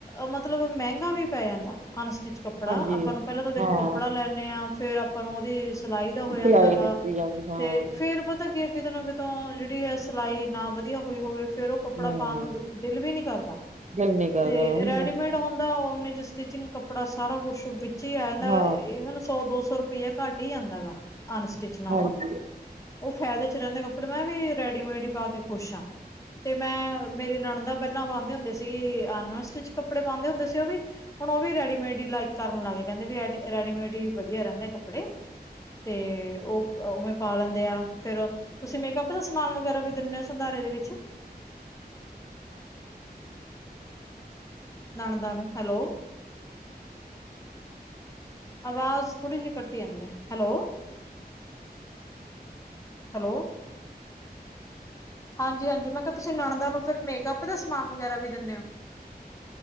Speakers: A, on the left; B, on the right.
A: ਮਤਲਬ, ਮਹਿੰਗਾ ਵੀ ਪੈ ਜਾਂਦਾ ਅਨਸਟਿਚ ਕੱਪੜੇ
B: ਹਾਂਜੀ
A: ਕੱਪੜਾ ਆਪਾਂ ਨੂੰ ਪਹਿਲਾ ਤਾਂ ਦੇਖੋ
B: ਹਾਂ
A: ਕੱਪੜਾ ਲੈਣ ਲੈਨਿਆ, ਫੇਰ ਆਪਾਂ ਨੂੰ ਉਹਦੀ ਸਿਲਾਈ ਦਾ ਹੋ ਜਾਂਦਾ
B: ਸਿਲਾਈ
A: ਹੈਗਾ।
B: ਦਿੱਤੀ ਜਾਂਦੀ ਹਾਂ
A: ਤੇ ਫੇਰ-ਫੇਰ ਪਤਾ ਕੀ ਕਿਤੇ ਨਾ ਕਿਤੋਂ ਜਿਹੜੀ ਆ ਸਿਲਾਈ ਨਾ ਵਧੀਆ ਹੋਈ ਹੋਵੇ ਫੇਰ ਉਹ ਕੱਪੜਾ
B: ਹੂੰ
A: ਪਾਉਣ ਨੂੰ ਦਿਲ ਵੀ ਨੀ ਕਰਦਾ।
B: ਦਿਲ ਨੀ ਕਰਦਾ
A: ਤੇ
B: ਉਹੀ
A: ਰੈਡੀਮੇਡ
B: ਨਾ
A: ਹੁੰਦ ਦਾ ਓਨੇ ਚ ਸਟਿਚਿੰਗ ਕੱਪੜਾ ਸਾਰਾ ਕੁਛ ਵਿੱਚ ਹੀ ਆ ਜਾਂਦਾ
B: ਹਾਂ
A: ਈਵਨ ਸੌ- ਦੋ ਸੌ ਰੁਪਇਆ ਘੱਟ ਆਦਾ ਗਾ ਅਨਸਟਿਚ ਨਾਲੋਂ,
B: ਹਾਂਜੀ
A: ਉਹ ਫਾਇਦੇ ਚ ਰਹਿੰਦੇ ਕੱਪੜੇ ਮੈਂ ਵੀ ਰੈਡੀਮੇਡੀ ਹੀ ਪਾ ਕੇ ਖੁਸ਼ ਹਾਂ। ਤੇ ਮੈਂ ਮੇਰੀ ਨਾਣਦ ਤਾ ਪਹਿਲਾਂ ਪਾਉਂਦੇ ਹੁੰਦੇ ਸੀਗੇ ਅਨ ਸਟਿਚ ਕੱਪੜੇ ਪਾਉਂਦੇ ਹੁੰਦੇ ਸੀ ਉਹ ਵੀ ਹੁਣ ਉਹ ਵੀ ਰੈਡੀਮੇਡ ਹੀ ਲਾਈਕ ਕਰਨ ਲੱਗ ਗੇ ਕਹਿੰਦੇ ਵੀ ਰੈਡੀ-ਰੈਡੀਮੇਡ ਹੀ ਵਧੀਆ ਰਹਿੰਦੇ ਕੱਪੜੇ। ਤੇ ਉਹ ਉਵੇਂ ਪਾ ਲੈਂਦੇ ਆ ਫੇਰ, ਤੁਸੀਂ ਮੇਕਅਪ ਦਾ ਸਮਾਨ ਵਗੈਰਾ ਵੀ ਦਿੰਦੇ ਹੋ ਸੰਧਾਰੇ ਦੇ ਵਿੱਚ? ਨਣਦਾ ਨੂੰ, ਹੈਲੋ ਆਵਾਜ਼ ਥੋੜੀ ਜਿਹੀ ਕੱਟੀ ਜਾਂਦੀ, ਹੈਲੋ ਹੈਲੋ ਹਾਂਜੀ ਹਾਂਜੀ ਮੈਂ ਕਿਹਾ ਤੁਸੀਂ ਨਣਦ ਨੂੰ ਫਿਰ ਮੇਕਅਪ ਦਾ ਸਮਾਨ ਵਗੈਰਾ ਵੀ ਦਿੰਦੇ ਓ?